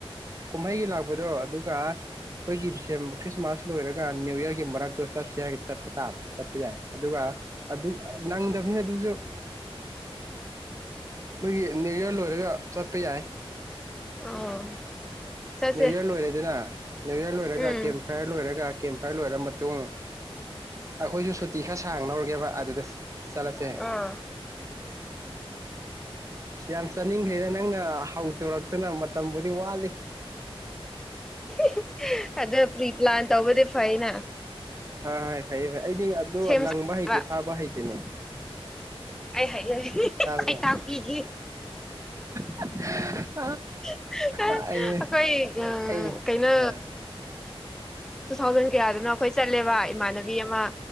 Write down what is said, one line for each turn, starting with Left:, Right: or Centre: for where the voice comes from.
Right: ꯀꯨꯝꯍꯩꯒꯤ ꯂꯥꯛꯄꯗꯣ ꯑꯗꯨꯒ ꯑꯩꯈꯣꯏꯒꯤ ꯗꯤꯁꯦꯝ ꯈ꯭ꯔꯤꯁꯃꯥꯁ ꯂꯣꯏꯔꯒ ꯅꯅꯤꯌꯨ ꯌ꯭ꯔꯒꯤ ꯃꯔꯛꯇꯣ ꯆꯠꯁ ꯍꯥꯏꯔꯒ ꯆꯠꯄ ꯇꯥꯕꯅꯤ ꯆꯠꯄ ꯌꯥꯏ ꯑꯗꯨꯒ ꯑꯗꯨ ꯅꯪꯗꯕꯅꯤ ꯑꯗꯨꯁꯨ <inaudible> ꯑꯩꯈꯣꯏꯒꯤ ꯅ꯭ꯌꯨ ꯌꯔ ꯂꯣꯏꯔꯒ ꯆꯠꯄ ꯌꯥꯏ
Centre: ꯑꯣ ꯆꯠꯁꯦ
Right: ꯅ꯭ꯌꯨꯌꯔ ꯂꯣꯏꯔꯦꯗꯅ ꯅ꯭ꯌꯨꯌꯔ ꯂꯣꯏꯔꯒ
Centre: ꯎꯝ
Right: ꯀꯦꯝ ꯐꯥꯏꯌꯔ ꯂꯣꯏꯔꯒ ꯀꯦꯝꯐꯥꯏꯌꯔ ꯂꯣꯏꯔ ꯃꯇꯨꯡ ꯑꯩꯈꯣꯏꯁꯨ ꯁꯨꯇꯤ ꯈꯔ ꯁꯥꯡ ꯅꯧꯔꯒꯦꯕ ꯑꯗꯨꯗ ꯆꯠꯂꯁꯦ
Centre: ꯑꯥ
Right: ꯌꯥꯝ ꯆꯥꯅꯤꯡꯈꯦꯗ ꯅꯪꯅ ꯍꯧꯗꯣꯔꯛꯇꯅ ꯃꯇꯝꯕꯨꯗꯤ ꯋꯥꯠꯂꯤ <inaudible>
Centre: <inaudible> ꯑꯗ ꯄ꯭ꯔꯤ ꯄ꯭ꯂꯥꯟ ꯇꯧꯕꯗꯤ ꯐꯩꯅ
Right: ꯍ ꯍꯣꯏ ꯐꯩꯌꯦ ꯐꯩ ꯑꯩꯗꯤ ꯑꯗꯨ
Centre: ꯁꯦꯝ
Right: ꯂꯪꯕ
Centre: ꯁꯥꯕ
Right: ꯍꯩꯇꯦ ꯐꯥꯕ ꯍꯩꯇꯦꯅꯦ
Centre: ꯑꯩ ꯍꯩꯌꯦ
Right: ꯇꯥꯕ꯭ꯔꯥ
Centre: ꯑꯩ ꯇꯥꯛꯄꯤꯒꯦ
Right: <inaudible>
Centre: <inaudible> ꯑꯩꯈꯣꯏ
Right: ꯑꯩ
Centre: ꯎ
Right: ꯑꯩ
Centre: ꯀꯩꯅꯣ
Right: ꯑꯥ
Centre: ꯇꯨ ꯊꯥꯎꯖꯟ ꯀꯌꯥꯗꯅꯣ ꯑꯩꯈꯣꯏ ꯆꯠꯂꯦꯕ ꯏꯃꯥꯟꯅꯕꯤ ꯑꯃ